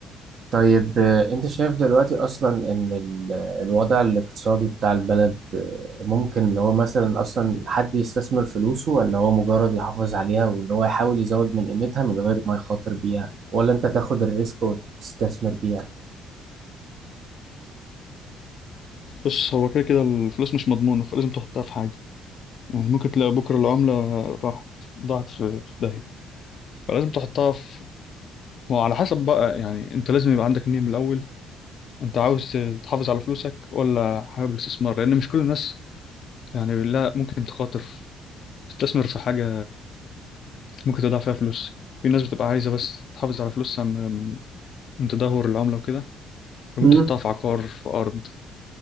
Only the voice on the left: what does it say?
بص هو كده كده الفلوس مش مضمونه فلازم تحطها في حاجه يعني ممكن تلاقي بكره العمله راحت ضاعت في في داهيه فلازم تحطها في هو على حسب بقى يعني انت لازم يبقى عندك نية من الاول انت عاوز تحافظ على فلوسك ولا حابب الاستثمار لان مش كل الناس يعني لا ممكن تخاطر تستثمر في حاجه ممكن تضيع فيها فلوس في ناس بتبقى عايزه بس تحافظ على فلوسها من من من تدهور العمله وكده ممكن
تحطها في عقار في ارض